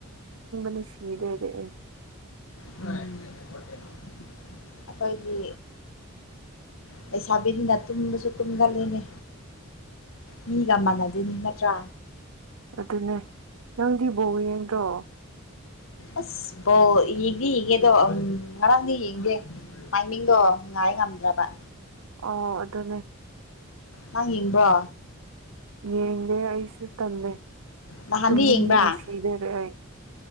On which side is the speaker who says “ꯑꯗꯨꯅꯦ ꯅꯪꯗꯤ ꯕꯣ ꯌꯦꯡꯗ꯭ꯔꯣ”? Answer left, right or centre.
Right